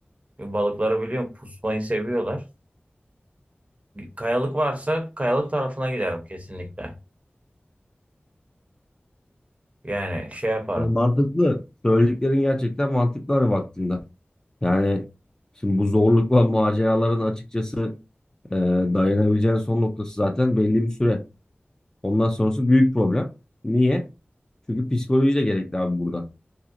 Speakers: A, on the right (about 35°); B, on the left (about 15°).
A: Çünkü balıkları biliyorum pusmayı seviyorlar. Kayalık varsa kayalık tarafına giderim kesinlikle. Yani şey yaparım.
B: Ya mantıklı. Söylediklerin gerçekten mantıklı hani baktığında. Yani şimdi bu zorlukla maceraların açıkçası e, dayanabileceğin son noktası zaten belli bir süre. Ondan sonrası büyük problem. Niye? Çünkü psikoloji de gerekli abi burada.